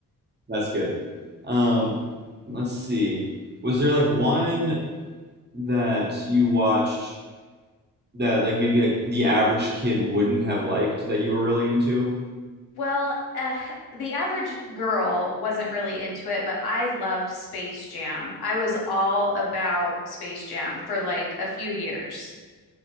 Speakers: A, on the right; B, on the left.
A: That's good. Um, let's see. Was there like one that you watched that like maybe like the average kid wouldn't have liked that you were really into?
B: Well, uh, the average girl wasn't really into it, but I loved Space Jam. I was all about Space Jam for like a few years.